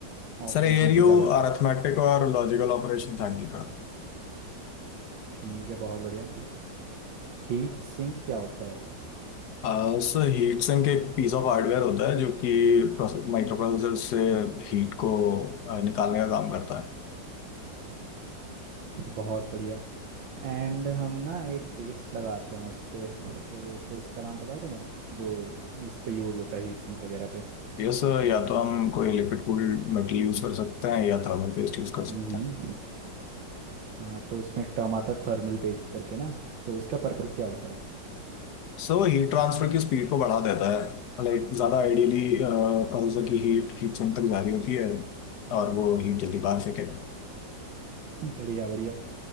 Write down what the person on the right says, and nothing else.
ऑपरेशन
पे क्या करता
है
ठीक है बहुत बढ़िया हीट सिंक क्या होता है
बहुत बढ़िया एंड हम ना एक पेस्ट लगाते हैं उस पे तो उस पेस्ट का नाम पता है तुम्हें जो इस पे यूज़ होता है हीट सिंक वगैरह पे
हम्म
हाँ तो इसमें एक टर्म आता है थर्मल पेस्ट करके ना तो इसका पर्पस क्या होता है
बढ़िया बढ़िया